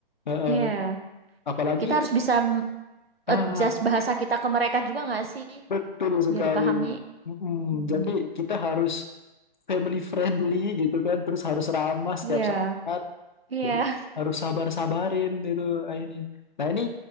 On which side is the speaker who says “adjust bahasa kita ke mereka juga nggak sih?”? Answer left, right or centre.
Right